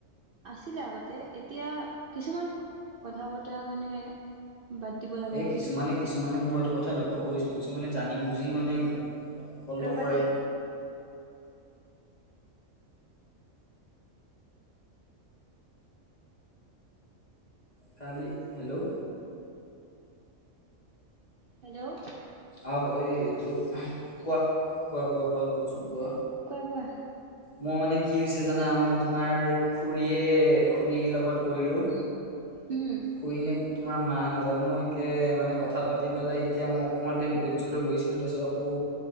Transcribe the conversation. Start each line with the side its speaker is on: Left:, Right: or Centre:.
Right: আছিলে আগতে এতিয়া কিছুমান কথা পত- ত কাৰণে বাদ- দিব লগা
Left: এই
Right: হ'ল
Left: কিছুমানে কিছুমানে মই এইটো কথা লক্ষ্য কৰিছো কিছুমানে জানি বুজি মানে- কল
Right: ৰ'বা
Left: নকৰে
Right: দেই
Left: খালি হেল্ল'।
Right: হেল্ল'
Left: আহ এই এইটো, কোৱা, কোৱা- কোৱা কচোন কোৱা।
Right: কোৱা- কোৱা
Left: মই মানে কি হৈছে জানা মই তোমাৰ খুৰীয়ে খুৰীৰ লগত কৰিলো
Right: উম।
Left: খুৰীনেক তোমাৰ মা নাজানো একে মানে কথা পাতি পেলাই এতিয়া মই অকণমান টাইম ধৈৰ্য লয় বহিছিলোঁ তাৰপিছত আকৌ